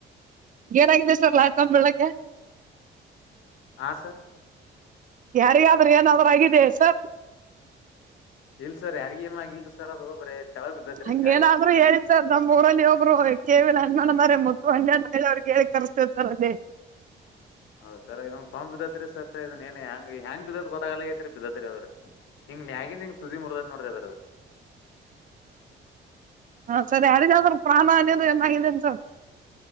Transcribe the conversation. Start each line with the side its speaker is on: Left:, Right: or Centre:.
Right: ಏನಾಗಿದೆ ಸರ್ ಲೈಟ್ಕಂಬ ಬಿಳಕೆ.
Left: ಹಾ ಸರ್.
Right: ಯಾರಿಗಾದ್ರೂ ಏನಾದ್ರಾಗಿದೆ ಸರ್.
Left: ಇಲ್ ಸರ್ ಯಾರಿಗ ಏನ್ ಆಗ್ಲ್ ಸರ್ ಅದು ಬರೇ. ತೆಳ ಬಿದ್ದತ್ರಿ
Right: ಹಂಗೇಏನಾದ್ರು
Left: ಗಾಳಿಗ್ರಿ
Right: ಹೇಳಿ ಸರ್ ನಮ್ ಊರಲ್ಲಿ ಒಬ್ರು. ಕೇವಿನ ಅನ್ನ ಅದರೆ ಮುತ್ತು ಅಂಜೇ ಅವ್ರಿಗೆ ಹೇಳಿ ಕರಸ್ತೇವಿ ಅಲ್ಲೆ.
Left: ಹೌದ ಸರ್ ಇದನ್ ಕಂಬ್ ಬಿದ್ದತ್ರಿ ಸರ್ ಇದನ್ ಏನ್ ಹೆಂಗ ಹೆಂಗ ಬಿದ್ದತ್ ಗೊತ್ತಾಗಾಲ ಆಗೆತ್ರಿ ಬಿದ್ದತ್ರಿ ಆದ್ರರಿ. ಹಿಂಗ್ ಮ್ಯಾಗಿಂದ ಹಿಂಗ ತುದಿ ಮುರ್ದದ ನೋಡ್ರಿ ಅದ್ರದ.
Right: ಹಾ ಸರಿ ಯಾರಿದಾದ್ರರು ಪ್ರಾಣ ಅದುಏನ್ ಸರ್.